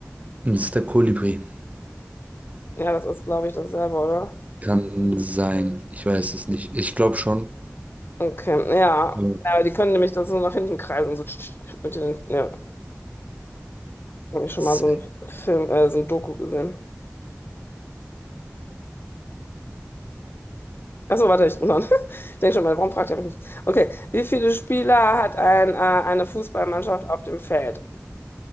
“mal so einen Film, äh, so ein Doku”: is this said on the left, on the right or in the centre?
Left